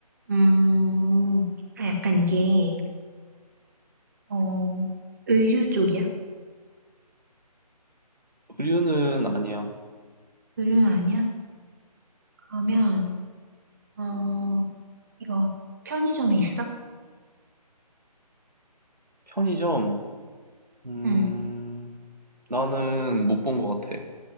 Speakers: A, on the right (about 25°); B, on the right (about 85°).
A: 음, 아, 약간 이게, 어, 의류 쪽이야?
B: 의류는 아니야.
A: 의류는 아니야? 그러면, 어, 이거 편의점에 있어?
B: 편의점, 음,
A: 응.
B: 나는 못 본 것 같아.